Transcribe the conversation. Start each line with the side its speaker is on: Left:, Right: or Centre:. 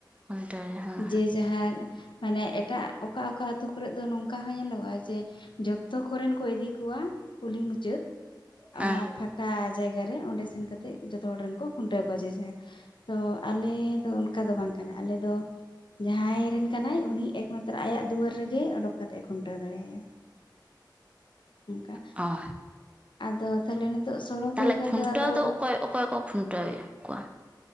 Right: ᱚᱰᱮ ᱦᱮᱸ᱾
Left: ᱡᱮ ᱡᱟᱦᱟᱨ ᱢᱟᱱᱮ ᱮᱴᱟᱜ ᱚᱠᱟ ᱚᱠᱟ ᱟᱛ. ᱳ ᱠᱚᱨᱮ ᱫᱚ ᱱᱚᱝᱠᱟ ᱦᱚᱸ ᱧᱮᱞᱚᱜᱚᱜᱼᱟ ᱡᱮ ᱡᱚᱛᱚ ᱠᱚᱨᱮᱱ ᱠᱚ ᱤᱫᱤ ᱠᱚᱣᱟ ᱠᱩᱞᱦᱤ ᱢᱩᱪᱟᱹᱫ
Right: ᱦᱮᱸ
Left: ᱚᱱᱟ ᱯᱷᱟᱸ ᱠᱟ ᱡᱟᱭᱜᱟ ᱨᱮ ᱚᱸᱰᱮ ᱥᱮᱱ ᱠᱟᱛᱮᱫ ᱡᱚᱛᱚ ᱦᱚᱲ ᱨᱮᱱ ᱠᱚ ᱠᱷᱩᱱᱴᱟᱹᱣ ᱠᱚᱣᱟ ᱡᱮ <unintelligible> ᱛᱚ ᱟᱞᱮ ᱫᱚ ᱚᱱᱠᱟ ᱫᱚ ᱵᱟᱝ ᱠᱟᱱᱟ ᱟᱞᱮ ᱫᱚ ᱡᱟᱦᱟᱸᱭ ᱨᱮᱱ ᱠᱟᱱᱟᱭ ᱩᱱᱤ ᱮᱠᱢᱟᱛᱨᱚ ᱟᱭᱟᱜ ᱫᱩᱣᱟᱹᱨ ᱨᱮᱜᱮ ᱚᱰᱚᱠ ᱠᱟᱛᱮ ᱮ ᱠᱷᱩᱱᱴᱟᱹᱣ ᱫᱟᱲᱮ ᱭᱟ᱾ ᱚᱱᱠᱟ᱾
Right: ᱚ
Left: ᱟᱫᱚ ᱛᱟ ᱦᱚᱞᱮ ᱱᱤᱛᱚᱜ ᱥᱚᱲᱚᱠ
Right: ᱛᱟᱦᱚᱞᱮ
Left: ᱦᱳᱭ ᱠᱟᱱ
Right: ᱠᱷᱩᱱᱴᱟᱹᱣ
Left: ᱛᱮ ᱟᱫᱚ
Right: ᱫᱚ ᱚᱠᱚᱭ ᱚᱠᱚᱭ ᱠᱚ ᱠᱷᱩᱱᱴᱟᱹᱣᱮᱫ ᱠᱚᱣᱟ?